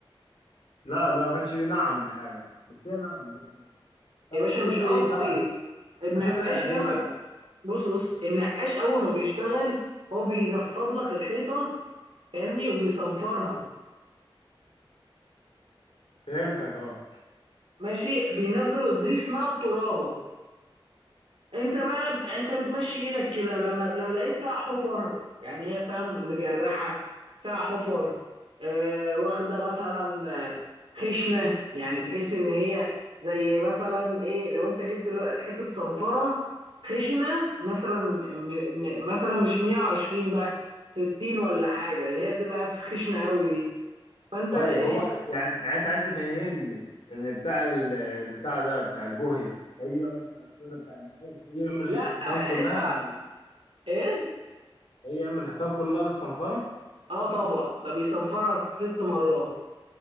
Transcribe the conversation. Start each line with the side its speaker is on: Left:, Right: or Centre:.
Left: لا ده ما كانش بينعم بحاجة ده بس هي نعمة بين عليها طب
Right: يا باشا
Left: هتفرق
Right: مش قصدي
Left: إيه طب هت-
Right: النقاش
Left: هتفرق قد
Right: لما
Left: إيه مثلا
Right: ب- بص بص النقاش اول ما بيشتغل هو بينفض لك الحيطه فاهمني وبيصنفرها
Left: فهمتك أه
Right: ماشي بينزل الضي اسمها الترابه انت بقى انت بتمشي ايدك كده لما لو لقيت فيها حفر يعني هي فاهم مجرحه فيها حفر آه واخده مثلا آه، خشنه يعني تحس ان هي زي مثلا ايه لو انت جبت له- حته صنفره خشنه مثلا م م مثلا مش 120 بقى 60 ولا حاجه اللي هي تبقى في خشنه قوي دي فانت
Left: طيب
Right: ايه
Left: هو يعني يعني أنت عايز تفهمني إن بتاع ال- البتاع ده بتاع البوهية هيجي يقعد اسمه إيه ده بتاع النقاش هيجي يعمل
Right: لا
Left: الحيطان كلها
Right: انت
Left: بال
Right: ايه
Left: هيجي يعمل الحيطان كلها بالصنفرة
Right: اه طبعا ده بيصنفرها ست مرات